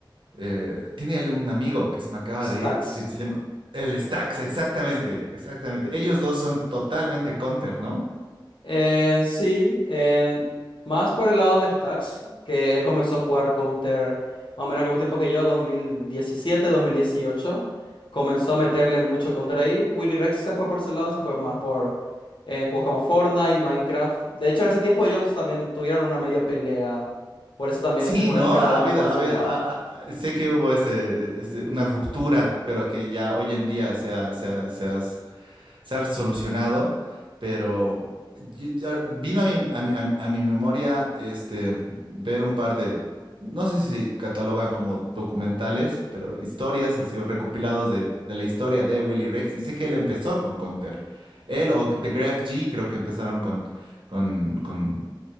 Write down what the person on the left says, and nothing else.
Stacks.
Sí.
En sí, en, más por el lado de Stacks, que él comenzó a jugar Counter más o menos al mismo tiempo que yo, dos dos mil diecisiete, dos mil dieciocho, Comenzó a meterle mucho Counter ahí. Willy Rex se fue por ese lado, se fue más por eh, juegos como Fortnite, Minecraft. De hecho, en ese tiempo ellos también tuvieron una medio pelea. Por eso también
se fue
cada
uno
por
su
lado.